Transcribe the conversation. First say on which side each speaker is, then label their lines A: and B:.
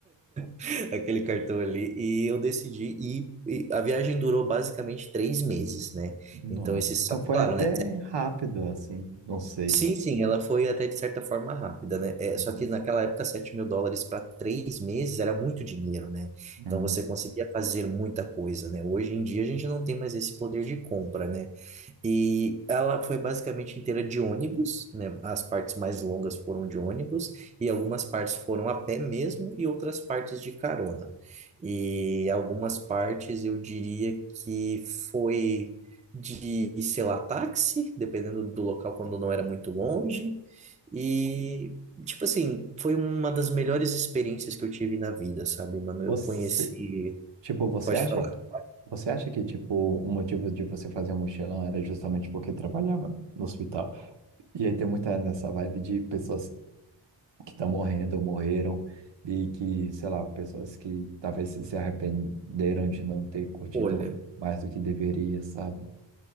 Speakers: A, on the right (about 15°); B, on the right (about 70°).
A: <laughs> aquele cartão ali, e eu decidi ir, e a viagem durou basicamente três meses, né?
B: Nossa,
A: Então, esse, só
B: então
A: que,
B: foi
A: claro,
B: até
A: né?
B: rápido, assim, não sei.
A: Sim, sim, ela foi até de certa forma rápida, né? É,
B: Uhum.
A: só que naquela época, sete mil dólares para três meses era muito dinheiro, né?
B: Uhum.
A: Então você conseguia fazer muita coisa, né? Hoje em dia a gente não tem mais esse poder de compra, né? E ela foi basicamente inteira de ônibus, né? As partes mais longas foram de ônibus, e algumas partes foram a pé mesmo, e outras partes de carona. E algumas partes eu diria que foi de, sei lá, táxi, dependendo do local quando não era muito longe. E, tipo assim, foi uma das melhores experiências que eu tive na vida, sabe, mano? Eu
B: Você,
A: conheci.
B: tipo, você
A: Pode
B: acha
A: falar.
B: que, você acha que, tipo, o motivo de você fazer um mochilão era justamente porque trabalhava no hospital? E aí tem muita nessa vibe de pessoas que estão morrendo ou morreram e que, sei lá, pessoas que talvez se se arrependeram de não ter curtido
A: Olha,
B: mais do que deveria, sabe?